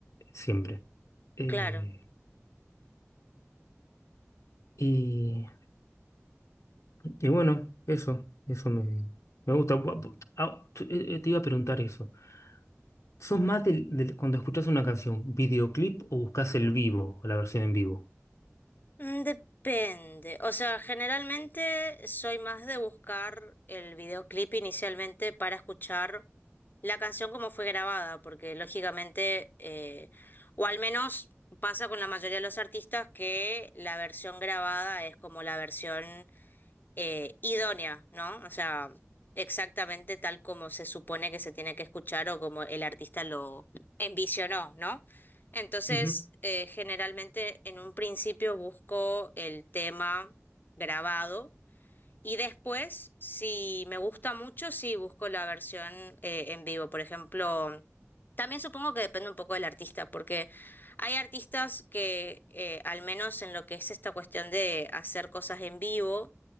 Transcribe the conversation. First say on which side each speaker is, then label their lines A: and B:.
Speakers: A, on the left; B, on the left.
A: siempre. Eh,
B: Claro,
A: y, y bueno, eso, eso me, me gusta. Bu- bu- ah, t- eh, eh, Te iba a preguntar eso. ¿Sos más del, del- cuando escuchás una canción, videoclip o buscás el vivo, o la versión en vivo?
B: Mm, depende. O sea, generalmente soy más de buscar el videoclip inicialmente para escuchar la canción como fue grabada, porque lógicamente, eh, o al menos pasa con la mayoría de los artistas que la versión grabada es como la versión eh, idónea, ¿no? O sea, exactamente tal como se supone que se tiene que escuchar o como el artista lo envisionó, ¿no? Entonces,
A: Ujú,
B: eh, generalmente en un principio busco el tema grabado y después, si me gusta mucho, sí busco la versión eh, en vivo. Por ejemplo, también supongo que depende un poco del artista, porque hay artistas que, eh, al menos en lo que es esta cuestión de hacer cosas en vivo,